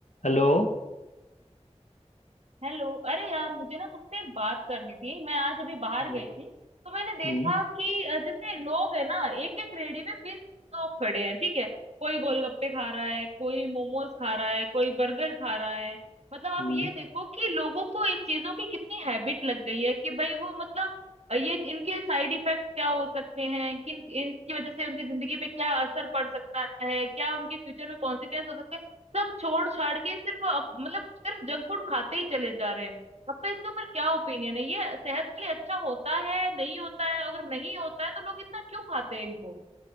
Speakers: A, on the left (about 75°); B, on the right (about 65°).
A: Hello
B: Hello अरे यार मुझे ना तुमसे एक बात करनी थी मैं आज अभी बाहर
A: हम्म
B: गई थी तो मैंने देखा
A: हम्म
B: कि अ, जैसे लोग है ना एक एक रेडी में बीस लोग खड़े हैं ठीक है कोई गोलगप्पे खा रहा है कोई मोमोज खा रहा है कोई बर्गर खा रहा है मतलब आप
A: हम्म,
B: ये देखो कि लोगों को इन चीजों की कितनी हैबिट लग गई है कि भाई वो मतलब अ, ये इनके साइड इफेक्ट क्या हो सकते हैं किन इनकी वजह से उनकी जिंदगी पे क्या असर पड़ सकता है क्या उनके फ्यूचर में कॉन्सिक्वेंस हो सकते हैं सब छोड़ छाड़ के सिर्फ अप- मतलब सिर्फ जंक फूड खाते ही चले जा रहे हैं आपका इसके ऊपर क्या ओपिनियन है ये सेहत के लिए अच्छा होता है नहीं होता है अगर नहीं होता है तो लोग इतना क्यों खाते हैं इनको